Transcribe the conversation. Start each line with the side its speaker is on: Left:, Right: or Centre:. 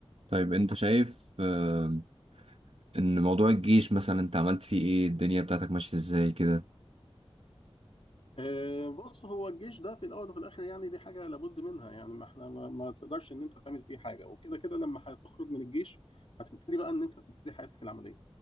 Right: طيب انت شايف آه، ان موضوع الجيش مثلا انت عملت فيه ايه الدنيا بتاعتك ماشية ازاي كده
Left: آه، بص هو الجيش ده في الاول وفي الاخر يعني دي حاجه لابد منها يعني ما احنا ما, ما تقدرش ان انت تعمل فيه حاجه وكده كده لما هتخرج من الجيش هتبتدي بقى ان انت تبتدي حياتك العمليه